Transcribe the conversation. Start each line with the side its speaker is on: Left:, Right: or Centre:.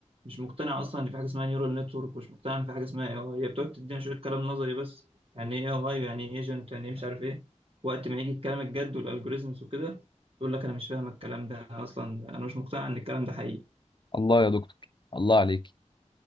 Right: مش مقتنع اصلا ان في حاجه اسمها نيورال نتورك ومش مقتنع ان في حاجه اسمها اي اي هي بتقعد تدينا شويه كلام نظري بس يعني ايه اي اي يعني ايه ايجنت يعني ايه مش عارف ايه وقت ما يجي الكلام الجد والالجوريزمز وكده تقول لك انا مش فاهم الكلام ده أنا اصلا انا مش مقتنع ان الكلام ده حقيقي
Left: الله يا دكتور الله عليك